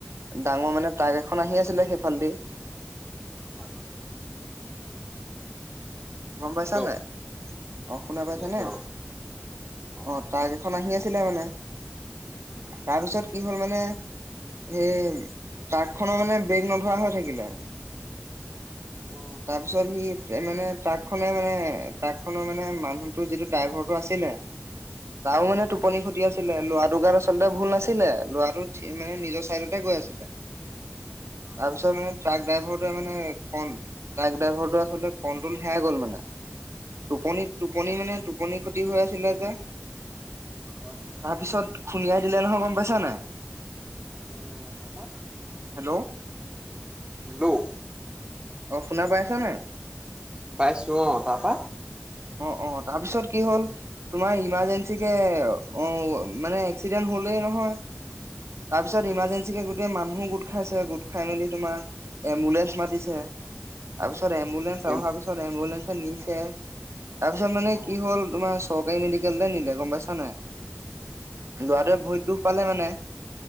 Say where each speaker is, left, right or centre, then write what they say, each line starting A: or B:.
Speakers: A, on the right; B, on the right.
A: ডাঙৰ মানে ট্ৰাক এখন আহি আছিলে সেই ফালেদি
B: হয়
A: গম পাইছা
B: হেল্ল'
A: নে অঁ শুনা
B: শুনি
A: পাইছানে
B: আছো অ অ
A: অঁ তাকএইখন আহি আছে ছিলে মানে
B: উম
A: তাৰপিছত কি হ'ল মানে সেই ট্ৰাক খনৰ মানে ব্ৰেক নধৰা হৈ থাকিলে
B: অ
A: তাৰপিছত সি মানে'' ট্ৰাক খনে মানে ট্ৰাক খনৰ মানে মানুহতো যিটো ড্ৰাইভাৰ আছিলে তাৰও মানে
B: উম
A: টোপনি খতি আছিলে লৰা টো কাৰ আচলতে ভুল নাছিলে ল'ৰাটো মানে নিজৰ চাইডতে গৈ আছিলে। তাৰপিছত
B: হয়
A: মানে ট্ৰাক ড্ৰাইভাৰে মানে ক ট্ৰাক ড্ৰাইভাৰ হেৰাই গল মানে, টোপনি টোপনি
B: আচ্ছা
A: মানে টোপনি ক্ষতি হৈ আছিলে, যে
B: হয় হয়
A: তাৰপিছত খুন্দিয়াই দিলে নহয় গম পাইছা নাই
B: অ তাৰপা
A: হেল্ল'
B: হেল্ল'
A: অঁ শুনা পাইচে শুনিছা নাই
B: পাইছো অঁ তাৰপা
A: অ অ তাৰপিছত কি হ'ল তোমাৰ ইমাৰজেঞ্চিকে অ মানে এক্সিডেন্ট হলেই নহয় তাৰ পিছত
B: হয়
A: ইমাৰ্জেঞ্চি কে গোটে মানুহো গোট খাইছে গোট খাই মেলি তোমাৰ এম্বুলেন্ঞ্চ মাতিছে তাপিছত এম্বুলেন্স ত
B: অ
A: অহাৰ পিছত এম্বুলেঞ্চ নিছে তাৰপিছত মানে
B: অ'।
A: কি হ'ল তোমাৰ চৰকাৰী মেডিকেললে নিলে গম পাইছা নাই লৱাটোৱে ভৰিত দুখ পালে মানে